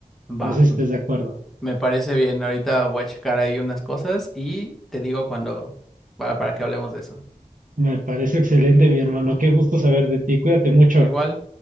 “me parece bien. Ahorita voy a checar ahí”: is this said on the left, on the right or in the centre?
Centre